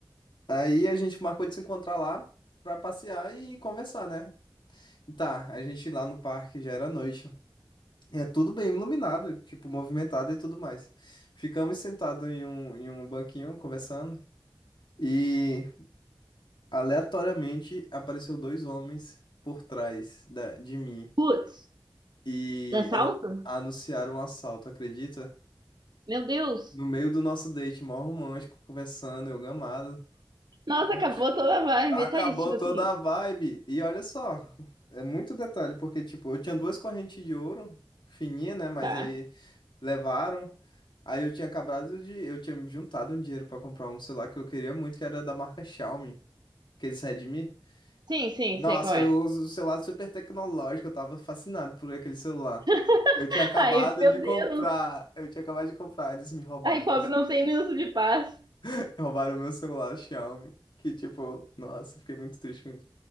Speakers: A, on the left (about 70°); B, on the right (about 60°).
A: Aí a gente marcou de se encontrar lá pra passear e conversar, né? E Tá, a gente lá no parque já era noite. E É tudo bem iluminado, tipo movimentado e tudo mais. Ficamos sentados em um, em um banquinho conversando. e aleatoriamente apareceu dois homens por trás da- de mim
B: Putz,
A: e
B: dá salto?
A: a- anunciaram um assalto, acredita?
B: Meu Deus.
A: No meio do nosso date, mó romântico, conversando, eu gamado.
B: Nossa,
A: Oxi.
B: acabou toda a vibe.
A: Acabou
B: Tá isso, tipo
A: toda
B: assim,
A: a vibe. E olha só, é muito detalhe, porque, tipo, eu tinha duas correntes de ouro, fininha, né? Mas
B: tá.
A: aí levaram. Aí eu tinha acabado de. Eu tinha juntado um dinheiro pra comprar um celular que eu queria muito, que era da marca Xiaomi, aqueles Redmi.
B: Sim, sim,
A: Nossa,
B: sei qual
A: eu
B: é.
A: uso o celular super tecnológico, eu tava fascinado por aquele celular.
B: <laughs>
A: Eu tinha acabado
B: Ai, meu
A: de comprar,
B: Deus.
A: eu tinha acabado de comprar, eles me roubaram
B: Ai, pobre,
A: meu, ce-
B: não tem minuto de paz.
A: <laughs> roubaram meu celular Xiaomi, que tipo, nossa, fiquei muito triste com isso.